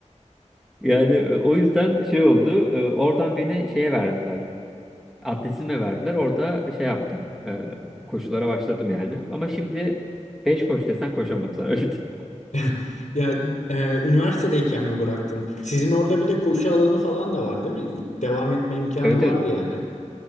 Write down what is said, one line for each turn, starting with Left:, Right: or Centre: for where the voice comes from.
Centre: yani e, o yüzden şey oldu e, oradan beni şeye verdiler Atletizme verdiler. Orada şey yaptım. e, koşulara başladım yani. Ama şimdi 5 koş desen koşamam sana öyle diyeyim.
Left: <laughs> Ya e, üniversitedeyken mi bıraktın? Sizin orada bir de koşu alanı falan da var değil mi? Devam etme
Centre: <laughs>
Left: imkanı
Centre: Evet
Left: vardı
Centre: evet.
Left: yani.